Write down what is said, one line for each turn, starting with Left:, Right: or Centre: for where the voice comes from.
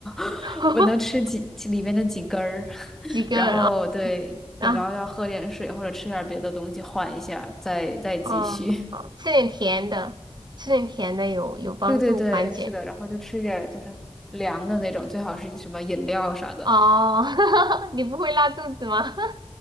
Centre: <laughs>
Right: <laughs>
Centre: 我能吃几几里边的几根儿，<laughs>
Right: 几个？
Centre: 然后对，
Right: 然后然后
Centre: 就然后要喝点水或者吃点别的东西缓一下，再再继续。
Right: 嗯，吃点甜的，吃点甜的有有帮助缓解。
Centre: <laughs> 对对对，是的，然后就吃一点就是凉的那种，最好是什么饮料啥的。
Right: 哦，<laughs> 你不会拉肚子吗？<laughs>